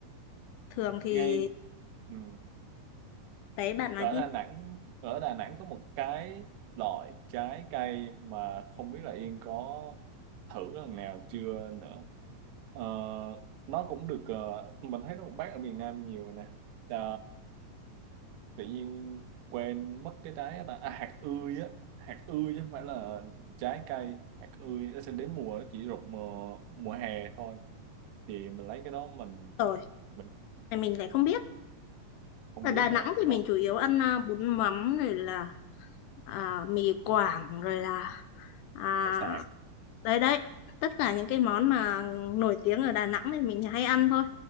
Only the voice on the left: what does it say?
thường thì
đấy bạn nói
đi
rồi
thì mình lại không biết
ở
Đà Nẵng
thì mình
chủ yếu ăn à, bún mắm rồi là à, mì Quảng rồi là à,
đấy đấy tất cả những cái món mà nổi tiếng ở Đà Nẵng thì mình hay ăn thôi